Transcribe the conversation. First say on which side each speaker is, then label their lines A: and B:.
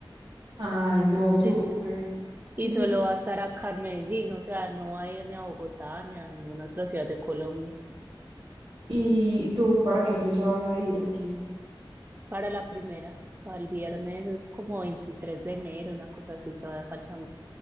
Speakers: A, on the right; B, on the right.
A: Ay, no,
B: tres
A: súper.
B: fechas. Y
A: ¿Y
B: solo
A: tú?
B: va a estar acá en Medellín, o sea, no va a ir ni a Bogotá ni a ninguna otra ciudad de Colombia.
A: ¿Y tú para qué fecha vas a ir o qué?
B: Para la primera, para el viernes es como 23 de enero, una cosa así, todavía falta